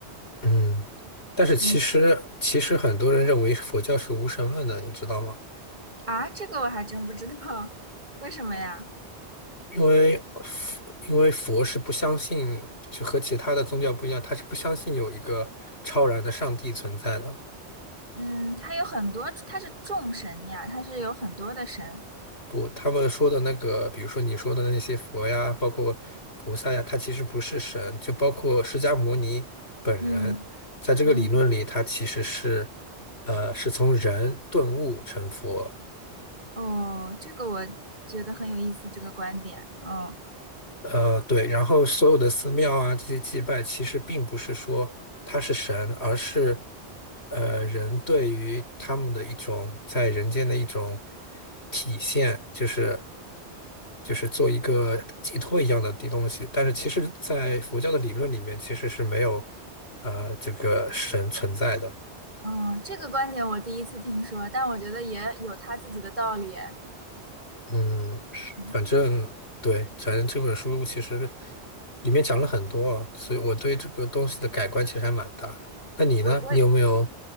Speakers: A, on the left (about 70°); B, on the right (about 40°).
A: 嗯，但是其实其实很多人认为佛教是无神论的，
B: 嗯，
A: 你知道吗？
B: 啊，这个我还真不知道，<laughs> 为什么呀？
A: 因为佛因为佛是不相信，就和其他的宗教不一样，他是不相信有一个超然的上帝存在的。
B: 嗯，它有很多，它是众神呀，它是有很多的神。
A: 不，他们说的那个，比如说你说的那些佛呀，包括菩萨呀，他其实不是神，就包括释迦牟尼本人，
B: 嗯嗯，
A: 在这个理论里，他其实是呃是从人顿悟成佛。
B: 哦，这个我觉得很有意思，这个观点。嗯。
A: 呃，对，然后所有的寺庙啊，这些祭拜其实并不是说他是神，而是呃人对于他们的一种在人间的一种体现，就是就是做一个寄托一样的地东西。但是其实，在佛教的理论里面，其实是没有呃这个神存在的。
B: 嗯，这个观点我第一次听说，但我觉得也有他自己的道理。
A: 嗯，是反正对，
B: 嗯，
A: 反正这本书其实里面讲了很多啊，所以我对这个东西的改观其实还蛮大。那你呢？
B: 我我
A: 你有没有？